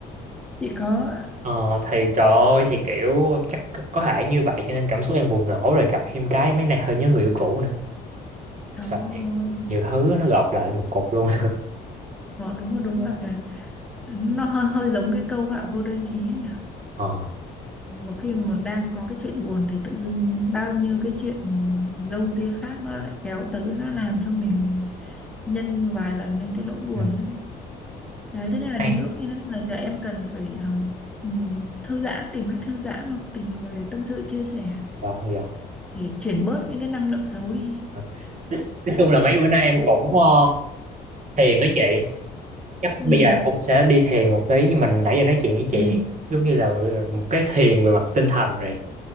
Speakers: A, in the centre; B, on the right (about 45°).
A: chị có
B: Ờ thì trời ơi thì kiểu chắc có có thể như vậy cho nên cảm xúc em bùng nổ rồi gặp thêm cái mấy này hơi nhớ người yêu cũ nữa
A: cháu
B: sợ thiệt nhiều thứ nó gộp lại một cục luôn
A: ờ, đúng rồi đúng là nó hơi hơi giống cái câu họa vô đơn chí ấy nhỉ
B: <laughs> ờ
A: một khi mà đang có cái chuyện buồn thì tự dưng bao nhiêu cái chuyện râu ria khác nó lại kéo tới nó làm cho mình nhân vài lần lên cái nỗi buồn
B: ừ.
A: đó. đấy thế nên là những
B: hay
A: lúc như thế này thì em cần phải ờ, nhìn thư giãn tìm cách thư giãn hoặc tìm người tâm sự chia sẻ
B: rồi
A: để chuyển bớt những cái năng lượng xấu đi
B: Ờ, nói, nói chung là mấy bữa nay em cũng ờ, thiền với chị chắc
A: ừ.
B: bây giờ em cũng sẽ đi thiền một tí nhưng mình nãy giờ nói chuyện với chị
A: Ừ.
B: thì giống như là một cái thiền về mặt tinh thần rồi